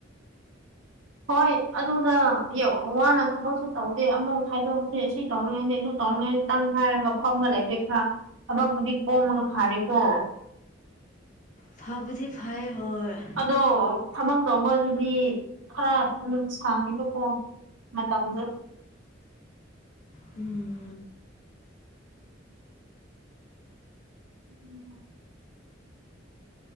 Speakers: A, on the right; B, on the left.
A: ꯍꯣꯏ ꯑꯗꯨꯅ ꯌꯥꯝ ꯋꯥꯅ ꯊꯕꯛꯁꯨ ꯇꯧ ꯁꯤ ꯑꯃꯨꯛ ꯍꯥꯏꯗꯣꯛꯑꯁꯦ ꯁꯤ ꯇꯧꯔꯤꯉꯥꯏꯅꯦ ꯑꯗꯨ ꯇꯧꯔꯤꯉꯥꯏꯅꯤꯇꯪ ꯍꯥꯏꯔꯒ ꯐꯝꯒ ꯂꯩꯕꯤꯈ꯭ꯔ ꯑꯕꯛꯄꯨꯗꯤ ꯀꯣꯝꯃꯒ ꯐꯥꯔꯦꯀꯣ
B: ꯐꯕꯗꯤ ꯐꯩ ꯍꯣꯏ
A: ꯑꯗꯣ ꯊꯕꯛ ꯇꯧꯕ ꯗꯨꯗꯤ ꯈꯔ ꯗꯨꯝ ꯁꯥꯡꯉꯦꯕꯀꯣ ꯃꯇꯝꯗꯣ
B: ꯎꯝ
A: <inaudible>